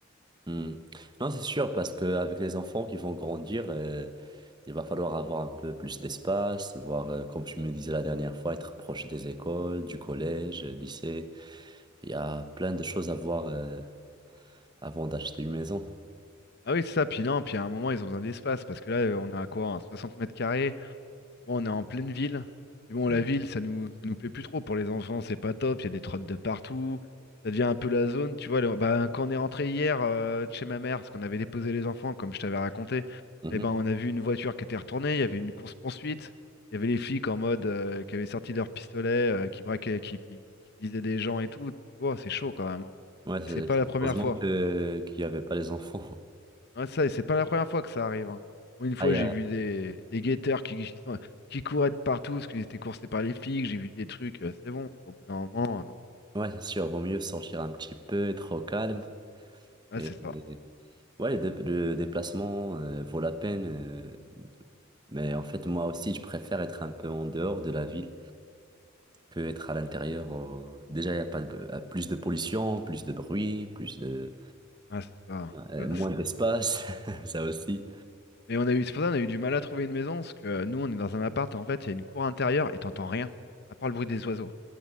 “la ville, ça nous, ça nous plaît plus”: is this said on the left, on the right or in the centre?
Left